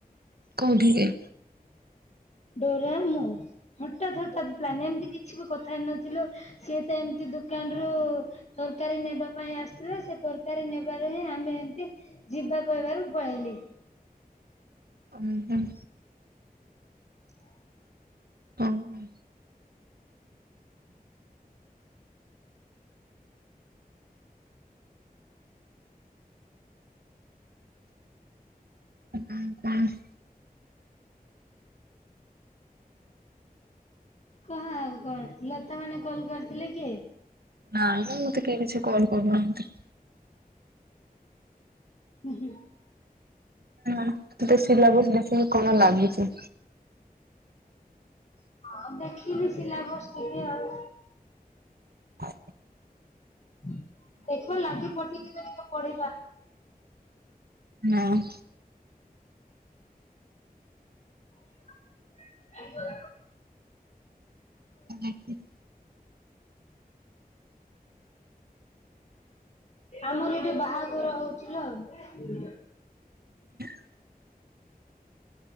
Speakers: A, on the right; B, on the left.
A: କଉଁଠିକି?
B: ଡୋରା ମୁଁ ହଠାତ୍ ହଠାତ୍ ପ୍ଲାନି ଏମିତି କିଛି ବି କଥା ହେଇନଥିଲୁ ସିଏ ତ ଏମିତି ଦୋକାନରୁ ତରକାରୀ ନେବା ପାଇଁ ଆସିଥିଲା ସେ ତରକାରୀ ନେବାରୁ ହିଁ ଆମେ ଏମତି ଯିବା କହିବାରୁ ପଳେଇଲେ।
A: ଉୁଁ ହୁଁ।
B: <inaudible>
A: କଉନା। ହଁ ହ <unintelligible>
B: କହ ଆଉ କଣ ଲତା ମାନେ କଲ କରିଥିଲେ କି?
A: ନାଇଁ ମୁଁ ମତେ କେହି କିଛି କଲ୍ କରୁନାହାନ୍ତି।
B: ହୁଁ ହୁଁ।
A: ହଁ ତୁ ତ ସିଲାବସ ଦେଖିକି କଣ ଲାଗୁଛି?
B: ହ ଦେଖିବି ସିଲା ବସ୍ ଟିକେ ଆଉ।
A: ହ
B: ଦେଖିବା ଲାଗି ପାଟି ଟିକେ ଟିକେ କଡେଇବା।
A: ନାହିଁ।
B: <inaudible>
A: <unintelligible>
B: ଆମର ଏଠି ବାହାଘର ହଉଛି ଲୋ।
A: <inaudible>